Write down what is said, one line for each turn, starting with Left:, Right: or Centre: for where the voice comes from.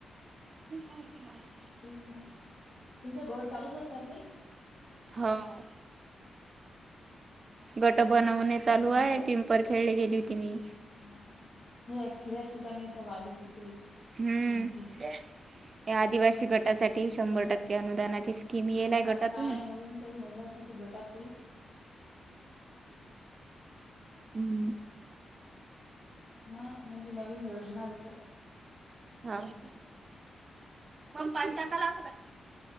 Right: <unintelligible>
Left: तेच ना तुमचं गट चालूच असतात नाई.
Right: हाव गट बनवणे चालू
Left: हॅलो
Right: आहे पिंपरखेळले गेली होती मी.
Left: हाव ना हे खेड़्याच्या ठिकाणी असं वारी पिपरी
Right: हम्म.
Left: पिंपरी
Right: या आदिवासी गटासाठी
Left: हो का
Right: शंभर टक्के अनुदानाची स्कीम येलय
Left: आता
Right: गटातून.
Left: काय नवीन काही महिलांसाठी गटात काही
Right: हम्म.
Left: हा म्हणजे नवीन योजना जसं
Right: हाव ना मग पाणी टाकायला असतो काय?